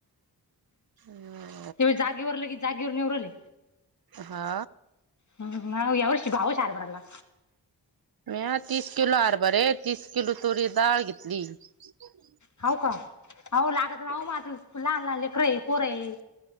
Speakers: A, on the right; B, on the left.
A: हम्म.
B: हेबी जागेवर लगे जागेवर नीऊ रायले.
A: हा
B: हम्म, अओ यावर्षी भावश हरभर्राला.
A: म्या तीस किलो हरभरे, तीस किलो तूरी दाळ घेतली. <inaudible>
B: हाव का? अओ लागत ना माझं लहान लहान लेकरंय पोरं य,